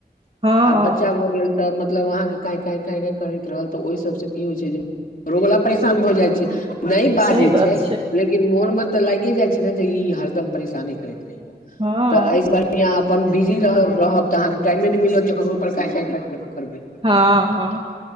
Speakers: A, on the right; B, on the left.
A: हँ
B: आ बच्चा भऽ गेल तऽ मतलब अहाँके काइकाइ काइकाइ करैत रहल तऽ ओहि सबसँ की होइ छै जे घरोवला परेशान भऽ जाइ छै नहि बाजे
A: सही बात
B: छै लेकिन मोन में तऽ लागे जाय छै ने जे ई हरदम परेशाने करैत रहिय
A: हँ
B: तऽ एहिस बहरियाँ अपन बिजी रहब रहब तऽ अहाँके टाइमे नहि मिलत ककरो पर काटाट कऽ करबै
A: हँ हँ